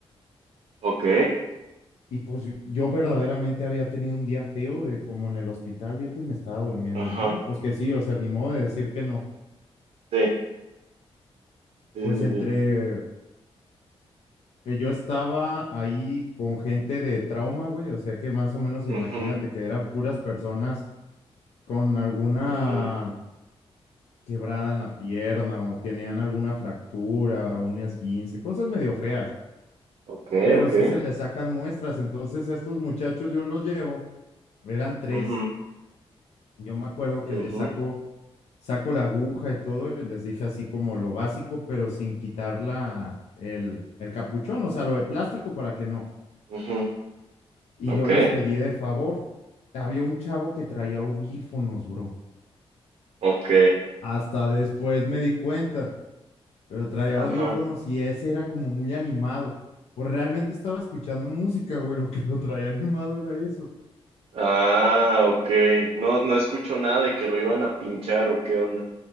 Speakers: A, on the right; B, on the left.
A: ok,
B: Y pues yo yo verdaderamente había tenido un día feo de como en el hospital, viejo, y me estaba durmiendo.
A: ajá,
B: Y no, pues que sí, o sea, ni modo de decir que no.
A: sí, sí,
B: Pues entre,
A: sí, sí,
B: eh, yo estaba ahí con gente de trauma, güey, o sea que más o menos imagínate
A: ujú,
B: que eran puras personas con alguna
A: ujú,
B: quebrada en la pierna o tenían alguna fractura o un esguince, cosas medio feas,
A: ok,
B: pero
A: ok,
B: sí se les sacan muestras, entonces estos muchachos yo los llevo, eran tres,
A: ujú,
B: yo me acuerdo
A: ujú,
B: que les saco, saco la aguja y todo y les dije así como lo básico, pero sin quitar la, el, el capuchón, o sea, lo de plástico para que no
A: ujú,
B: y
A: ok,
B: yo les pedí de favor. Había un chavo que traía audífonos, bro.
A: ok,
B: Hasta después me di cuenta, pero traía
A: <laughs>
B: audífonos
A: ajá,
B: y ese era como muy animado. Pues realmente estaba escuchando música, güey. Lo que lo traía animado era eso.
A: ah, ok, no, no escucho nada de que lo iban a pinchar o qué onda.